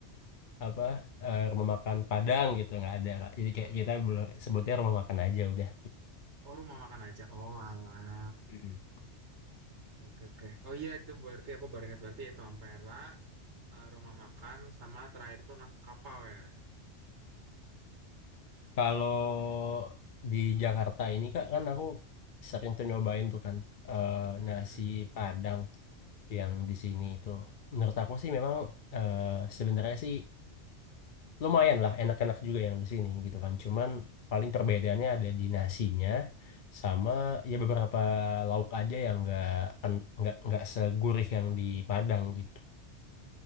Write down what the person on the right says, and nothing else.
Hmm.
Oh, rumah makan aja. Oh, alah.
Oke, oke, oke. Oh iya itu berarti aku baru ingat berarti itu Ampera. Eh, rumah makan sama terakhir tuh na- kapal ya.
Oke, oke.
Mhm.
Mhm.